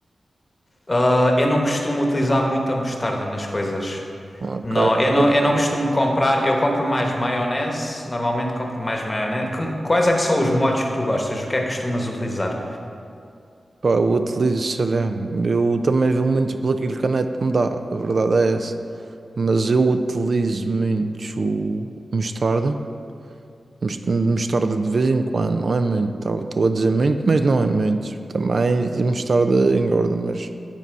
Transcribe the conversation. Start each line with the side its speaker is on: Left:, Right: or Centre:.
Left: Ah, eu não costumo utilizar muita mostarda nas coisas.
Right: Ok,
Left: Não,
Right: olha,
Left: eu não, eu não costumo comprar. Eu compro mais maionese. Normalmente compro mais maionese. Como- Quais é que são os molhos que tu gostas? O que é que costumas utilizar?
Right: pá, eu utilizo salame. Eu também vou muito pelo aquilo que a net me dá, a verdade é essa. Mas eu utilizo muito mostarda. Mos- Mostarda de vez em quando, não é muito. tá? Estou a dizer muito, mas não é muito. Também mostarda engorda, mas